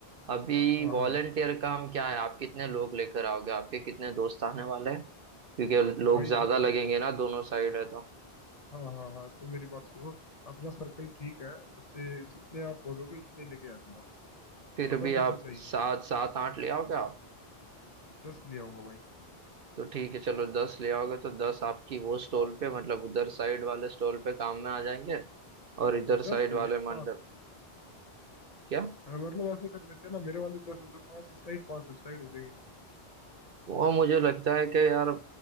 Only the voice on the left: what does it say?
हाँ हाँ
हाँ
भाई
जितने
हाँ हाँ हाँ तो मेरी बात सुनो अपना सर्कल ठीक है बच्चे जितने आप बोलोगे उतने लेके आ जाऊंगा
बताओ
कितने
चाहिए
दस ले आऊंगा भाई
हाँ
हाँ
पा-
दस
या पाँच
हाँ, मतलब ऐसे कर लेते हैं ना मेरे वाले दस है जो पाँच इस साइड पाँच उस साइड हो जाएंगे